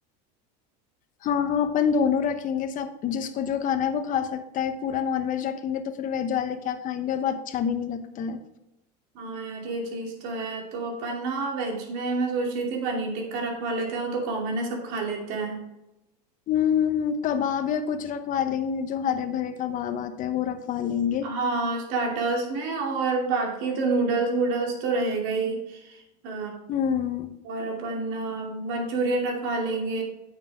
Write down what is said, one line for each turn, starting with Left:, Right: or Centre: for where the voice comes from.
Left: हाँ हाँ अपन दोनों रखेंगे सब जिसको जो खाना है वो खा सकता है पूरा नॉन वेज रखेंगे तो फिर वेज वाले क्या खाएंगे और वो अच्छा भी नहीं लगता है
Right: हाँ यार ये चीज तो है तो अपन ना वेज में मैं सोच रही थी पनीर टिक्का रखवा लेते हैं वो तो कॉमन है सब खा लेते हैं
Left: हम्म कबाब या कुछ रखवा लेंगे जो हरे भरे कबाब आते हैं वो रखवा लेंगे
Right: हाँ स्टार्टर्स में और बाकी तो नूडल्स वूडल्स तो रहेगा ही अ,
Left: हम्म
Right: और अपन मंचूरियन रखवा लेंगे